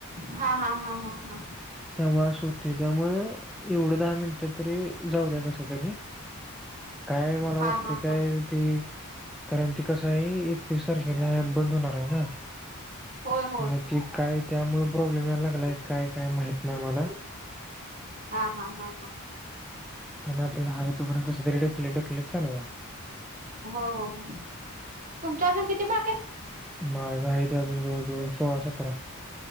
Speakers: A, on the right; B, in the centre.
A: हां हां हां हां हां.
B: त्यामुळे असं होतय त्यामुळे एवढं दहा मिनिटं तरी जाऊ द्या कस तरी, काय मला
A: हा
B: वाटतंय
A: हा
B: काय
A: हा
B: ते कारण ते कसं आहे एकतीस तारखेला बंद होणार आहे ना.
A: होय होय
B: मग ते काय त्यामुळे प्रॉब्लेम यायला लागलाय काय! काय माहित नाही मला.
A: हां हां हां हां.
B: पण आपला आहे तोवर कसतरी ढकलत ढकलत चालवा.
A: हो हो हो तुमचे अजून किती बाकी आहेत?
B: माझा आहेती अजून जवळ जवळ सोळा सतरा.